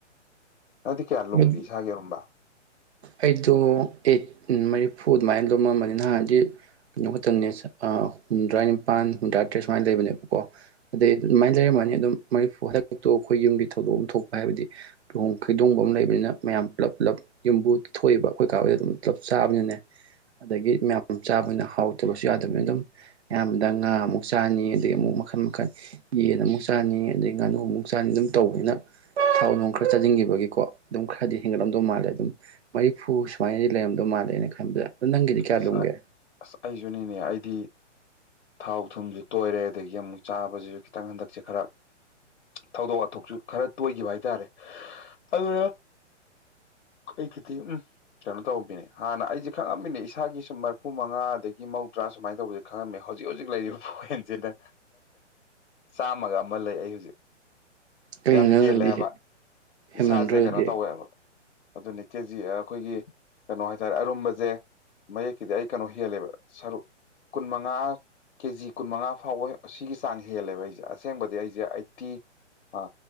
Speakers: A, on the left; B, on the right.
A: ꯅꯪꯗꯤ ꯀꯌꯥ ꯂꯨꯝꯒꯦ
B: ꯑꯗꯨ
A: ꯢꯁꯥꯒꯤ ꯑꯔꯨꯝꯕ
B: ꯑꯩꯗꯣ ꯑꯩꯠ ꯃꯔꯤꯐꯨ ꯑꯗꯨ ꯃꯥꯏꯅ ꯂꯨꯝꯃꯝꯕꯅꯤꯅ ꯅꯍꯥꯟꯗꯤ ꯀꯩꯅꯣ ꯈꯛꯇꯪꯅꯦ ꯍꯨꯝꯗ꯭ꯔꯥ ꯅꯤꯄꯜ ꯍꯨꯝꯗ꯭ꯔꯥ ꯇꯔꯦꯠ ꯁꯨꯃꯥꯏꯅ ꯂꯩꯕꯅꯦꯕꯀꯣ ꯑꯗꯩ ꯑꯗꯨꯃꯥꯏꯅ ꯂꯩꯔꯝ ꯑꯗꯨꯝ ꯃꯔꯤꯐꯨ ꯍꯟꯗꯛꯇꯣ ꯑꯩꯈꯣꯏꯒꯤ ꯌꯨꯝꯒꯤ ꯊꯧꯗꯣꯛ ꯑꯃ ꯊꯣꯛꯄ ꯍꯥꯏꯕꯗꯤ ꯂꯨꯍꯣꯡ ꯈꯩꯗꯣꯡꯕ ꯑꯃ ꯂꯩꯕꯅꯤꯅ ꯃꯌꯥꯝ ꯄꯨꯂꯞ ꯄꯨꯂꯞ ꯌꯨꯝꯕꯨ ꯊꯣꯛꯏꯕ ꯑꯩꯈꯣꯏ ꯀꯥ ꯍꯣꯢꯗ ꯑꯗꯨꯝ ꯄꯨꯂꯞ ꯆꯥꯕꯅꯤꯅꯦ ꯑꯗꯒꯤ ꯃꯌꯥꯝ ꯆꯥꯕꯅꯤꯅ ꯍꯥꯎꯇꯕꯁꯨ ꯌꯥꯗꯕꯅꯤꯅ ꯑꯗꯨꯝ ꯑꯌꯥꯝꯕꯗ ꯉꯥ ꯑꯃꯨꯛ ꯆꯥꯅꯤ ꯑꯗꯒꯤ ꯑꯃꯨꯛ ꯃꯈꯟ ꯃꯈꯟ ꯌꯦꯟ ꯑꯃꯨꯛ ꯆꯥꯅꯤ ꯑꯗꯩ ꯉꯥꯅꯨ ꯑꯃꯨꯛ ꯆꯥꯅꯤ ꯑꯗꯨꯝ ꯇꯧꯕꯅꯤꯅ ꯊꯥꯎ ꯅꯨꯡ ꯈꯔ ꯆꯥꯁꯤꯟꯈꯤꯕꯒꯤꯀꯣ ꯑꯗꯨꯝ ꯈꯔꯗꯤ ꯍꯦꯟꯒꯠꯂꯝꯗꯧ ꯃꯥꯜꯂꯦ ꯑꯗꯨꯝ ꯃꯔꯤꯐꯨ ꯁꯨꯃꯥꯏꯅꯗꯤ ꯂꯩꯔꯝꯗꯧ ꯃꯥꯜꯂꯦ ꯑꯩꯅ ꯈꯟꯕꯗ ꯑꯗꯣ ꯅꯪꯒꯤꯗꯤ ꯀꯌꯥ
A: ꯑꯁ
B: ꯂꯨꯝꯒꯦ
A: ꯑꯁ ꯑꯩꯖꯨꯅꯤꯅꯦ ꯑꯩꯗꯤ ꯊꯥꯎ ꯊꯨꯝꯁꯨ ꯇꯣꯏꯔꯦ ꯑꯗꯒꯤ ꯑꯃꯨꯛ ꯆꯥꯕꯁꯤꯁꯨ ꯈꯤꯇꯪ ꯍꯟꯗꯛꯁꯦ ꯈꯔ ꯊꯧꯗꯣꯛ ꯋꯥꯊꯣꯛꯁꯨ ꯈꯔ ꯇꯣꯏꯒꯤꯕ ꯍꯥꯏꯇꯥꯔꯦ ꯑꯗꯨꯅ ꯑꯩꯒꯗꯤ ꯎꯝ ꯀꯩꯅꯣ ꯇꯧꯕꯤꯅꯦ ꯍꯥꯟꯅ ꯑꯩꯁꯦ ꯈꯪꯉꯝꯃꯤꯅꯦ ꯏꯁꯥꯒꯤ ꯁꯨꯝ ꯃꯔꯐꯨ ꯃꯉꯥ ꯑꯗꯒꯤ ꯃꯧꯗ꯭ꯔꯥ ꯁꯨꯃꯥꯏꯅ ꯇꯧꯕꯁꯦ ꯈꯪꯉꯝꯃꯦ ꯍꯧꯖꯤꯛ ꯍꯧꯖꯤꯛ ꯂꯩꯔꯤꯕ ꯄꯣꯏꯟꯁꯤꯅ ꯆꯥꯝꯃꯒ ꯑꯃ ꯂꯩ ꯑꯩ ꯍꯧꯖꯤꯛ
B: ꯀꯩꯅꯣ
A: ꯌꯥꯝ
B: ꯅꯪ
A: ꯍꯦꯜꯂꯦ
B: ꯑꯗꯨꯗꯤ
A: ꯍꯥꯏꯕ
B: ꯍꯦꯟꯃꯟꯗ꯭ꯔꯣ
A: ꯏꯁꯥꯁꯦ ꯀꯩꯅꯣ
B: ꯑꯗꯨꯗꯤ
A: ꯇꯧꯋꯦꯕ ꯑꯗꯨꯅꯤ ꯀꯦꯖꯤ ꯑꯩꯈꯣꯏꯒꯤ ꯀꯩꯅꯣ ꯍꯥꯏꯇꯥꯔꯦ ꯑꯔꯨꯝꯕꯁꯦ ꯃꯌꯦꯛꯀꯤꯗꯤ ꯑꯩ ꯀꯩꯅꯣ ꯍꯦꯜꯂꯦꯕ ꯁꯔꯨꯛ ꯀꯨꯟ ꯃꯉꯥ ꯀꯦꯖꯤ ꯀꯨꯟꯃꯉꯥ ꯐꯥꯎꯕ ꯁꯤꯒꯤ ꯆꯥꯡ ꯍꯦꯜꯂꯦꯕ ꯑꯩꯁꯦ ꯑꯁꯦꯡꯕꯗꯤ ꯑꯩꯁꯦ ꯑꯩꯇꯤ ꯑ